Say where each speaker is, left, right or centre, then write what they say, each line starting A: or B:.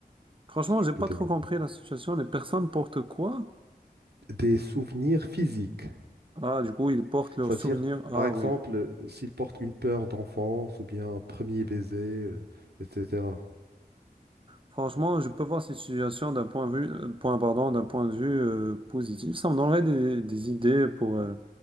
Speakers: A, on the right; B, on the right.
A: Franchement,
B: si tu
A: j'ai pas
B: peux développer.
A: trop compris la situation. Les personnes portent quoi?
B: Des souvenirs physiques.
A: Ah, du coup, ils portent leurs
B: C'est-à-dire,
A: souvenirs. Ah
B: par exemple,
A: oui.
B: euh, s'il porte une peur d'enfance ou bien un premier baiser, euh, etc.
A: Franchement, je peux voir cette situation d'un point de vue, euh, point, pardon, d'un point de vue euh, positif. Ça me donnerait des, des idées pour, euh,